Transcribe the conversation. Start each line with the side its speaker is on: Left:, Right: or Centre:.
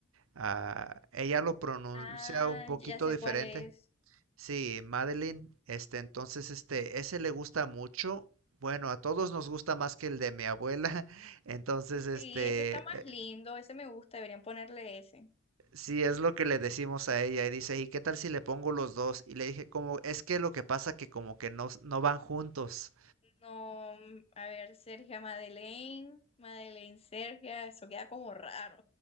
Right: Ah, ella lo pronuncia
Left: Ah,
Right: un poquito
Left: ya sé
Right: diferente.
Left: cuál es.
Right: Sí, Madeline, este, entonces, este, ese le gusta mucho. Bueno, a todos nos gusta más que el de mi abuela. <laughs> Entonces, este,
Left: Sí, ese está más
Right: eh,
Left: lindo, ese me gusta, deberían ponerle ese.
Right: sí, es lo que le decimos a ella. Y dice, ¿y qué tal si le pongo los dos? Y le dije, como, es que lo que pasa que como que no, s- no van juntos.
Left: No, mm, a ver, Sergia Madeleine, Madeleine Sergia, eso queda como raro.